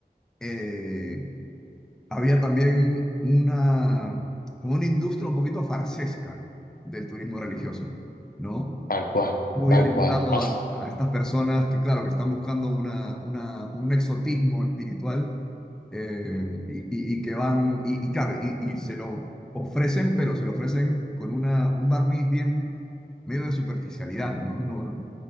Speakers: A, in the centre; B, on the left.
A: eh, Había también una, como una industria un poquito farsesca del turismo religioso, ¿no?
B: Tal cual,
A: muy
B: tal
A: orientado
B: cual. Pasa.
A: a, a estas personas que, claro, que están buscando una, una- un exotismo espiritual eh, y, y- y que van, y, y claro, y, y se lo ofrecen, pero se lo ofrecen con una, un barniz bien medio de superficialidad, ¿no? No,